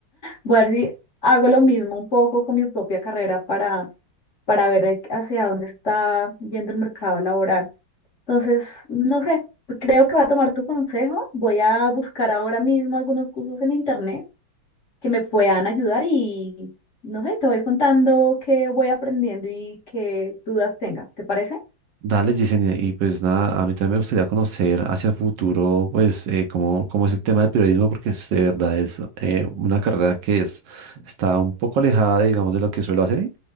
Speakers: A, on the left; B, on the right.
A: Voy a ver si hago lo mismo un poco con mi propia carrera para, para ver hacia dónde está yendo el mercado laboral. Entonces, no sé, creo que voy a tomar tu consejo. Voy a buscar ahora mismo algunos cursos en internet que me puedan ayudar y, no sé, te voy contando qué voy aprendiendo y qué dudas tenga. ¿Te parece?
B: Dale, Yesenia, y pues nada, a mí también me gustaría conocer hacia futuro, pues, eh, cómo, cómo es el tema del periodismo, porque es- de verdad es eh, una carrera que es, está un poco alejada, digamos, de lo que suelo hacer.